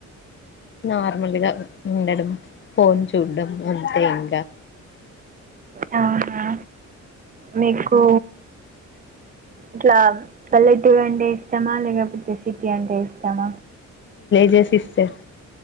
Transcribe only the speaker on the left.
నార్మల్గా ఉండడం ఫోన్ చూడడం అంతే ఇంకా
జేసిస్తే